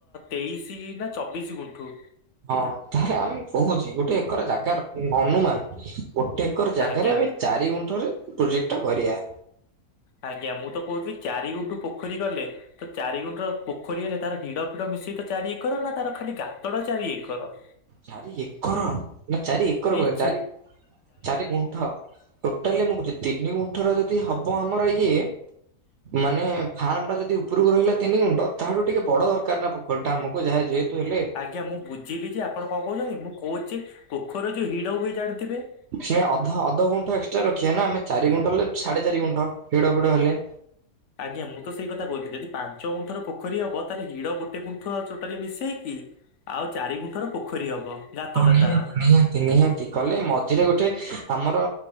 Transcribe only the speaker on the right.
ହଁ ତାହେଲେ ଆମେ କହୁଛି ଗୋଟେ ଏକର ଜାଗାର ଅନୁମାନ। ଗୋଟେ ଏକର ଜାଗାରେ
ଆମେ ଚାରି ଗୁଣ୍ଠରେ ପ୍ରୋଜେକ୍ଟ ଟା କରିବା।
ଚାରି ଏକର ନା ଚାରି ଏକର
କହେ,
ଚାରି ଚାରି ଗୁଣ୍ଠ। ଟୋଟାଲି ମୁଁ କହୁଛି ତିନି ଗୁଣ୍ଠର ଯଦି ହବ ଆମର ଇଏ। ମାନେ ଫାର୍ମ ଟା ଯଦି ଉପରକୁ ରହିଲା ତିନି ଗୁଣ୍ଟ ତାହାଠୁ ଟିକେ ବଡ ଦରକାର ନା ପୁ <unintelligible> ଟା ଆମକୁ ଯାହା ଯେହେତୁ ହେଲେ
ସେ ଅଧ ଅଧ ଗୁଣ୍ଠଏକ୍ସଟ୍ରା ରଖିବା ନା, ଆମେ ଚାରି ଗୁଣ୍ଠ ଲେ ସାଢେ ଚାରି ଗୁଣ୍ଠ ହିଡ ଫିଡ ହେଲେ।
ହଁ ନିଅନ୍ତି
ନିଅ ତି ନିହାତି କଲେ ମଝିରେ ଗୋଟେ ଆମର